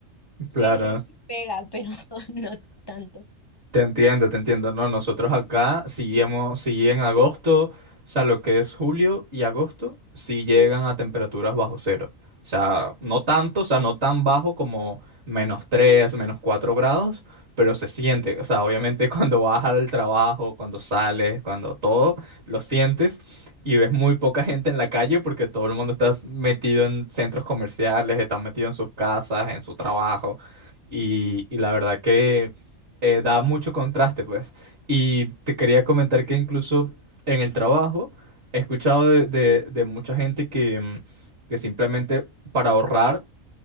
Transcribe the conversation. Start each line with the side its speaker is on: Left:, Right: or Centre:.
Left: Sí,
Right: Claro.
Left: sí, sí pega, pero <laughs> no tanto.
Right: Te entiendo, te entiendo. No, nosotros acá sí hemos- sí en agosto, o sea, lo que es julio y agosto, sí llegan a temperaturas bajo cero. O sea, no tanto, o sea, no tan bajo como menos 3, menos 4 grados, pero se siente. O sea, obviamente <laughs> cuando vas al trabajo, cuando sales, cuando todo, lo sientes y ves muy poca gente en la calle porque todo el mundo está metido en centros comerciales, está metido en sus casas, en su trabajo. Y, y la verdad que eh, da mucho contraste, pues. Y te quería comentar que incluso en el trabajo he escuchado de, de- de mucha gente que, mm, que simplemente para ahorrar,